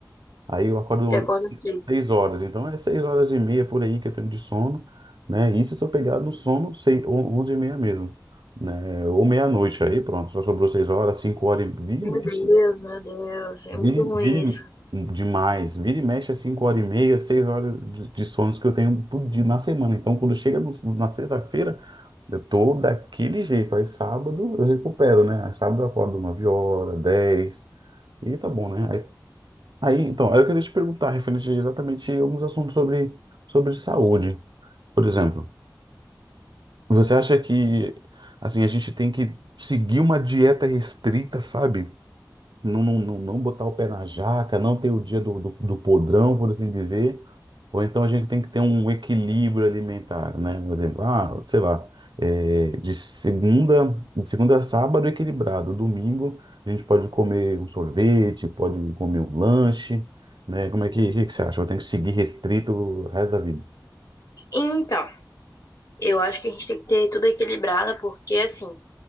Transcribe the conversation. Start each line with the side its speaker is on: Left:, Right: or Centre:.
Right: aí eu acordo
Left: É, e acorda cedo.
Right: 6 horas, então é 6 horas e meia por aí que eu tenho de sono, né? Isso se eu pegar no sono 6, 11h30 mesmo, né? Ou meia-noite, aí pronto, só sobrou 6 horas, 5 horas, e- vira
Left: Meu
Right: e mexe,
Left: Deus, meu Deus. É
Right: vira,
Left: muito
Right: e-
Left: ruim
Right: vira
Left: isso.
Right: e- demais, vira e mexe é 5 horas e meia, 6 horas de, de sonos que eu tenho por dia na semana, então quando chega no- na sexta-feira, eu tô daquele jeito. Aí sábado eu recupero, né? Aí sábado eu acordo 9 horas, dez E tá bom, né? Aí, aí, então, aí eu queria te perguntar, referente a exatamente alguns assuntos sobre, sobre saúde. Por exemplo, você acha que, assim, a gente tem que seguir uma dieta restrita, sabe? não, não, não, não botar o pé na jaca, não ter o dia do, do, do podrão, por assim dizer, ou então a gente tem que ter um equilíbrio alimentar, né? Por exemplo, ah, sei lá, é, de segunda, de segunda a sábado equilibrado, domingo a gente pode comer um sorvete, pode comer um lanche, né? Como é que, que que você acha? Eu tenho que seguir restrito o resto da vida.
Left: Então, eu acho que a gente tem que ter tudo equilibrado, porque assim.